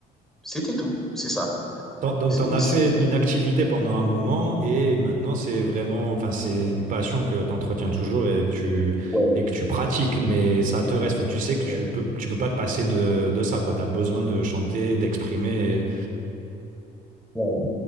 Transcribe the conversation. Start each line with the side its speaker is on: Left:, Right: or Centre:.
Centre: c'était tout. C'est ça.
Right: T'en- Donc,
Centre: C'est,
Right: t'en as
Centre: c'est...
Right: fait une activité pendant un moment et maintenant, c'est vraiment, enfin, c'est une passion que t'entretiens toujours et que tu,
Centre: Ouais.
Right: et que tu pratiques, mais ça te reste, enfin, tu sais que tu
Centre: Ouais.
Right: peux, tu peux pas te passer de, de ça, quoi. T'as besoin de chanter, d'exprimer. et-
Centre: ouais.